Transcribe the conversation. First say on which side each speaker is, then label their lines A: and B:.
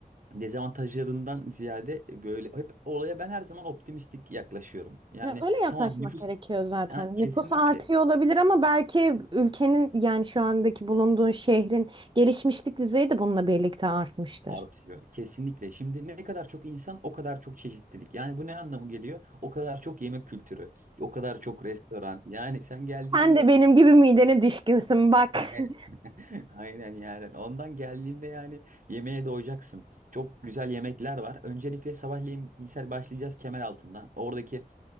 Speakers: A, on the right; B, on the right.
A: dezavantajlarından ziyade böyle hep olaya ben her zaman optimistik yaklaşıyorum. Yani
B: Ya öyle yaklaşmak
A: tamam nüfus
B: gerekiyor zaten.
A: ha, kesinlikle
B: Nüfus artıyor olabilir ama belki ülkenin yani şu andaki bulunduğun şehrin gelişmişlik düzeyi de bununla birlikte artmıştır.
A: artıyor. Kesinlikle. Şimdi ne kadar çok insan o kadar çok çeşitlilik. Yani bu ne anlamı geliyor? O kadar çok yemek kültürü, o kadar çok restoran. Yani sen geldiğinde
B: Sen de benim gibi midene düşkünsün bak.
A: <laughs> <laughs>
B: <laughs>
A: Aynen yani. Ondan geldiğinde yani yemeğe doyacaksın. Çok güzel yemekler var. Öncelikle sabahleyin misal başlayacağız Kemeraltı'ndan. Oradaki